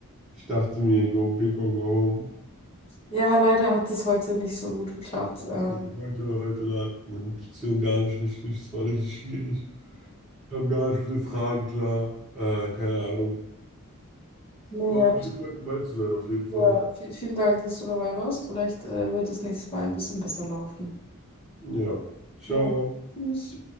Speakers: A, in the centre; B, on the left (about 25°).
A: ich dachte mir, go big or go home.
B: ja, leider hat es heute nicht so gut geklappt. Ähm,
A: Nee, heute, heute lag meine Intuition gar nicht richtig. Es war richtig schwierig. Wir haben gar nicht mit den Fragen klar. Äh, keine Ahnung.
B: naja,
A: Aber hat mich gefreut, dabei zu sein, auf jeden Fall.
B: ja, vi- vielen Dank, dass du dabei warst. Vielleicht äh, wird es nächstes Mal ein bisschen besser laufen.
A: Ja, ciao.
B: Ja. Tschüss.